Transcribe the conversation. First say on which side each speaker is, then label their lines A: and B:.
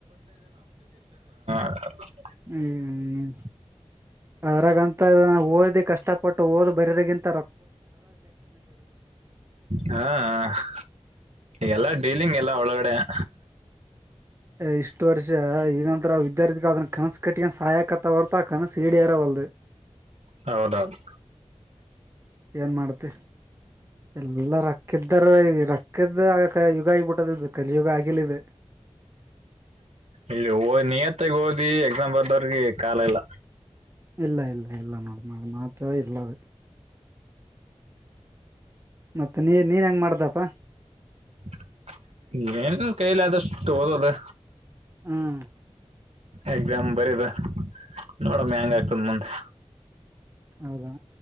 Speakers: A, on the right; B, on the right.
A: ಹ
B: ಹ್ಮ್ ಹ್ಮ್ ಅದ್ರಾಗಂತ ಇದ ಓದಿ ಕಷ್ಟಪಟ್ಟು ಓದ್ ಬರ್ಯಗಿಂತ
A: ಹಾ ಹಾ ಎಲ್ಲ ಡೀಲಿಂಗ್ ಎಲ್ಲ ಒಳಗಡೆ <inaudible>
B: ಇಷ್ಟು ವರ್ಷ ಇಗಂತ್ರ ವಿದ್ಯಾರ್ಥಿ ಈಗ ಕನಸು ಕಟ್ಕಡ್ ಸಾಯ ಕತ್ತ ವರ್ತಾ ಕನಸು ಈಡೇರವಲ್ದು
A: ಹೌದೌದು
B: ಏನ್ ಮಾಡ್ತಿ ಎಲ್ಲ ರೊಕ್ಕಿದ್ದಾರ ರಕ್ಕ ಕದ ಆಗ ಯುಗ ಆಗ್ಿಬಿಟ್ಟದ ಕಲ್ಲಿ ಯುಗ ಆಗಿಿಲ್ಲಿದು
A: ಇಲ್ಲಿ ಓದ್ ನಿಯತ್ತಗ್ ಓದಿ ಎಕ್ಸಾಮ್ ಬರ್ದವ್ರಿಗೆ ಕಾಲ ಇಲ್ಲ
B: ಇಲ್ಲ ಇಲ್ಲ ಇಲ್ಲ ನಂಗ್ ನಂಗ್ ಮಾತ್ರ ಇದೆ <inaudible> ಮತ್ತೆ ನೀ ನೀನ್ ಹೆಂಗ ಮಾಡ್ದಪ್ಪಾ
A: <inaudible> ಏನ್ ನನ್ ಕೈಲಿ ಆದಷ್ಟು ಓದದು
B: ಹ್ಮ್
A: ಎಕ್ಸಾಮ್ ಬರಿಬೇಕ್ ನೋಡಮ್ಮ ಹೆಂಗ ಆಗ್ತದ ಮುಂದೆ
B: ಹೌದಾ